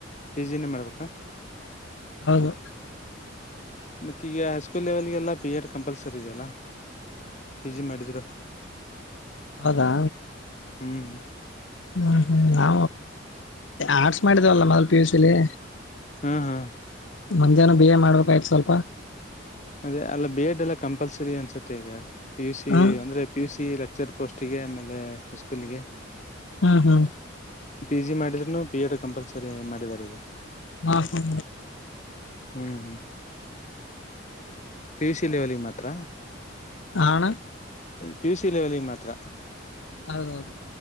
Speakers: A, on the left; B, on the left.
A: ಪಸಿನ ಮಾಡ್ಬೇಕಾ
B: ಹೌದು
A: ಮತ್ತ ಈಗ ಹೈಸ್ಕೂಲ್ ಲೆವೆಲ್ಗೆಲ್ಲ ಪಿ ಎಡ್ ಕಂಪಲ್ಸರಿ ಇದೆಯಲ್ಲ ಪಿ ಜಿ ಮಾಡಿದ್ರು
B: ಹೌದಾ
A: ಹ್ಮ್
B: ಹ್ಮ್ ಹ್ಮ್ ನಾ ಆರ್ಟ್ಸ್ ಮಾಡಿದ್ವಲ್ಲ ಮೊದಲ್ ಪಿ ಯು ಸಿಲಿ
A: ಹ್ಮ್ ಹ್ಮ್
B: ಮಜೇನ ಬೇಜ ಮಾಡ್ಬೇಕಾಯ್ತು ಸ್ವಲ್ಪ
A: ಅದೇ ಅಲ್ಲ ಬೇಡ್ ಎಲ್ಲ ಕಂಪಲ್ಸರಿ ಅನ್ಸತ್ತೆ ಈಗ ಪಿಯ ಯು ಸಿ
B: ಹ್ಮ್
A: ಅಂದ್ರೆ ಪಿ ಯು ಸಿ ಲ ಸರ್ ಪೋಸ್ಟಿಗೆ ಆಮೇಲೆ ಸ್ಕೂಲಿಿಗೆ
B: ಹ್ಮ್ ಹ್ಮ್
A: ಪಿ ಜಿ ಮಾಡಿದ್ರುನು ಪಿ ಎಡ್ ಕಂಪಲ್ಸರಿ ಮಾಡಿದಿದ್ದಾರೆ ಈಗ
B: ಹಾ ಹ
A: ಹ್ಮ್ ಹ್ಮ್ ಪಿ ಯುಸ ಲೆವೆಲ್ಿಗೆ ಮಾತ್ರ
B: ಆಣ
A: ಪಿ ಯು ಸಿ ಲೆವೆಲ್ಗೆ ಮಾತ್ರ
B: ಹೌದೌದು